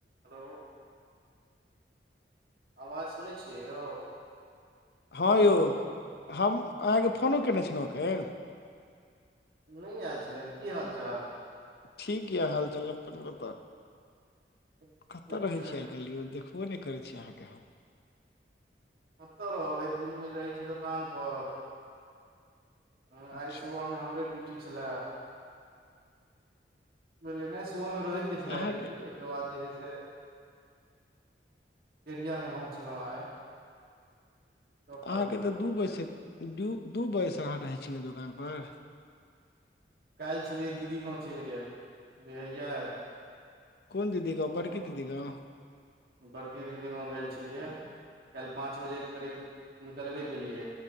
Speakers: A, on the right; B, on the left.
A: Hello. आवाज सुनै छियै यौ।
B: हँ
A: हेलो
B: यौ, हम अहाँके फोनो कयने छलहुँ एखन।
A: नहि आयल छलए, की हालचाल।
B: ठीक य हाल-चाल, अपन बता
A: ठीके
B: कतऽ रहै
A: छै
B: छीयै। काल्हि यौ देखबो नहि करै छी अहाँके हम।
A: कतऽ रहबै दिन में रहइ छी दोकान पर। हँ
B: अच्छा
A: आइ सुबह में हमरे ड्यूटी छलए। बुझलिय ने, सुबह में रोहितके छेलै
B: अहाँके
A: ड्यूटी। ओके बाद जे है से, एरिया में हम छलहुँ आइ। दोपहर
B: अहाँके
A: मे
B: तऽ दू बजे से, दू बजे से अहाँ रहै छीय ने दोकानपर।
A: काल्हि छलियै दीदी गाँव चलि गेल, बुझलियै।
B: कोन दीदी गाँव,
A: तऽ
B: बड़की दीदी गाँव।
A: बड़की दीदी गाँव गेल छलियै, काल्हि पाँच बजे करीब निकलबे केलियै।